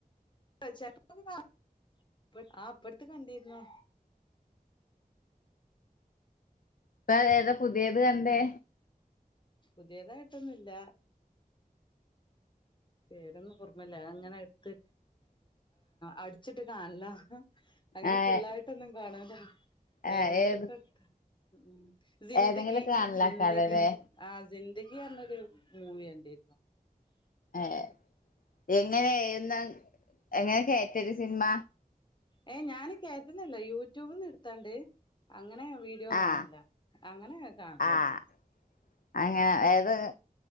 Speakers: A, on the left (about 30°); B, on the left (about 65°).
A: ചെലപ്പം കാണും ആഹ് ഇപ്പം അടുത്ത് കണ്ടിരുന്നു
B: ഇപ്പം ഏതാ പുതിയത് കണ്ടേ
A: പുതിയതായിട്ടൊന്നുമില്ല പേരൊന്നും ഓർമയില്ല അങ്ങനെ എടുത്ത് അടിച്ചിട്ട് കാണലാ അങ്ങനെ
B: ആഹ്
A: ഫുള്ളായിട്ടൊന്നും കാണു ആഹ്
B: ആഹ്
A: ഏതെങ്കിലുമൊക്കെ
B: ഏത്
A: എടുത്ത് ഉം ഉം സിന്ദഗി
B: ഏതെങ്കിലും കാണലാക്കാരല്ലേ
A: സിന്ദഗി ആ സിന്ദഗി അന്നൊരു മൂവി കണ്ടിരുന്നു
B: ഏഹ് എങ്ങനെയാ എന്നാ എങ്ങനെയാ കേറ്റാ ഒരു സിനിമ
A: ഏ ഞാൻ കേറ്റുന്നല്ലാ യൂട്യൂബിന്ന് എടുത്താണ്ട് അങ്ങനെ വീഡിയോ കാണില്ല
B: ആഹ്
A: അങ്ങനെ കാണലള്ളു
B: ആഹ് അങ്ങനെ ഏത്